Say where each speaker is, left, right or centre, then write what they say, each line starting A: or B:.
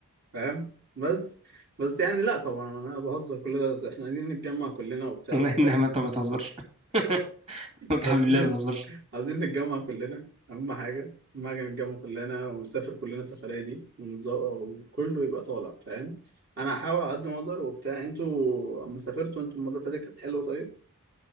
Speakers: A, on the right; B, on the right.
A: فاهم بس بس يعني لا طبعا انا بهزر كل ده احنا عايزين نتجمع كلنا وبتاع
B: لا
A: بس
B: إنما
A: يعني
B: أنت ما بتهزرش <laughs> ممكن
A: عايزين
B: بالله ما تهزرش
A: عايزين نتجمع كلنا اهم حاجه اهم حاجه نتجمع كلنا ونسافر كلنا السفريه دي ونز- وكله يبقى طالع فاهم انا هحاول على قد ما اقدر وبتاع انتوا اما سافرتوا انتوا المره اللي فاتت كانت حلوه طيب